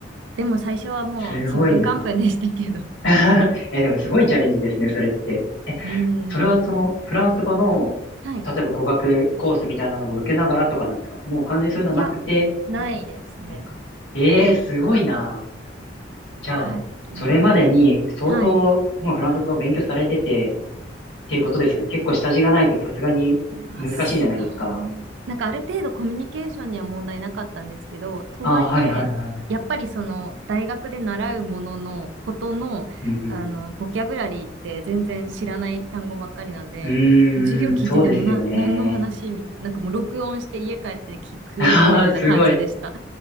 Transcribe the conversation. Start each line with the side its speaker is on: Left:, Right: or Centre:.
Right: でも最初はもうちんぷんかんぷんでしたけど。
Left: すごいな。
Right: <laughs>
Left: <laughs> え、でもすごいチャレンジですね、それって。え、
Right: うーん。
Left: それはそのフランス語の、
Right: はい。
Left: 例えば語学コースみたいなのも受けながらとかなんですかもう完全にそういうのはなくて
Right: いや、ないですね。
Left: ですかええすごいな。
Right: いや、
Left: じゃあ、
Right: うーん。
Left: それまでに相当もうフランス語を勉強されてて
Right: はい。
Left: っていうことですよね。結構下地がないとさすがに難しいじゃないですか。
Right: まあ、そうです。なんかある程度コミュニケーションには問題なかったんですけど、とはいえ、
Left: ああ、はいはいはいはい。
Right: やっぱりその大学で習うもののことの、
Left: うんうん
Right: あの、ボキャブラリーって全然知らない単語ばっかりなんで、
Left: うん。
Right: もう授業聞いててもな、
Left: うーん、そうですよね。
Right: 何の話みたいな、なんかもう録音して家帰って聞くレベルな感じでした。
Left: ああ、<laughs> すごい。